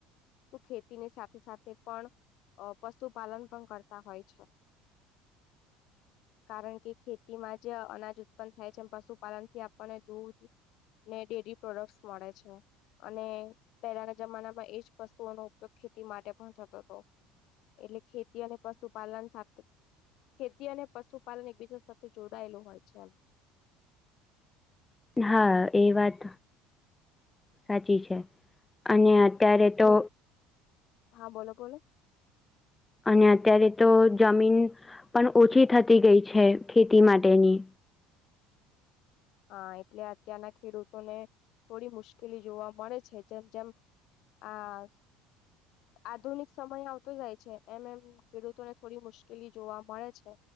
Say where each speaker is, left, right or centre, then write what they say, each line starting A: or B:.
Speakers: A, on the left; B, on the left.
A: શું ખેતીની સાથે સાથે પણ અ પશુપાલન પણ કરતા હોય છે. <inaudible> <inaudible> <inaudible> કારણ કે ખેતીમાં જે અનાજ ઉત્પન્ન થાય છે, પશુપાલન થી આપણને દૂધ ને ડેરી પ્રોડક્ટસ મળે છે‌. અને પહેલાના જમાનામાં એજ પશુઓનો ઉપયોગ ખેતી માટે પણ થતો હતો. એટલે ખેતી અને પશુપાલન સાથે ખેતી અને પશુપાલન એકબીજા સાથે જોડાયેલું હોય છે એમ
B: હા એ વાત સાચી છે અને અત્યારે તો
A: હા બોલો બોલો
B: અને અત્યારે તો જમીન પણ ઓછી થતી ગઈ છે ખેતી માટેની
A: હા એટલે અત્યારના ખેડૂતોને થોડી મુશ્કેલી જોવા મળે છે જેમ જેમ આ આધુનિક સમય આવતો જાય છે એમ એમ ખેડૂતોને થોડી મુશ્કેલી જોવા મળે છે.